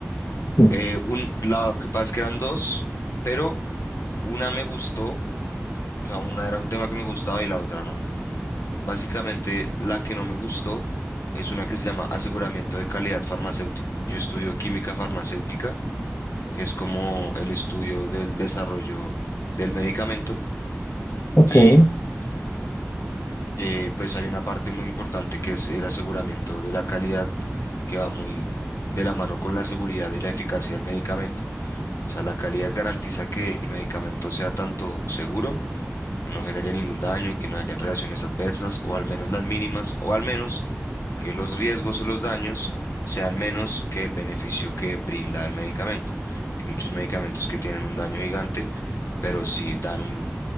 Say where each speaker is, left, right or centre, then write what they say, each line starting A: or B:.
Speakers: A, on the left; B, on the left.
A: Mm,
B: Eh, un, la que pasa es que eran dos, pero una me gustó, o sea, una era un tema que me gustaba y la otra no. Básicamente, la que no me gustó es una que se llama aseguramiento de calidad farmacéutico. Yo estudio química farmacéutica, que es como el estudio del desarrollo del medicamento.
A: Ok,
B: Y
A: <laughs>
B: eh, pues hay una parte muy importante que es el aseguramiento de la calidad, que va muy de la mano con la seguridad y la eficacia del medicamento. O sea, la calidad garantiza que el medicamento sea tanto seguro, que no genere ningún daño, que no hayan reacciones adversas, o al menos las mínimas, o al menos que los riesgos o los daños sean menos que el beneficio que brinda el medicamento. Que muchos medicamentos que tienen un daño gigante, pero si dan un